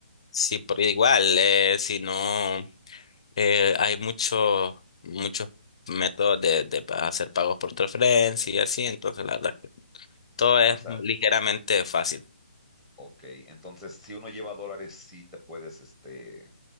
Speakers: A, on the left; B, in the centre.
A: sí, por igual, eh, si no. Eh, hay muchos muchos métodos de, de pa- hacer pagos por transferencia y así, entonces la verdad que todo
B: Ah,
A: es
B: O sea,
A: ligeramente fácil.
B: ok, entonces si uno lleva dólares, sí te puedes este,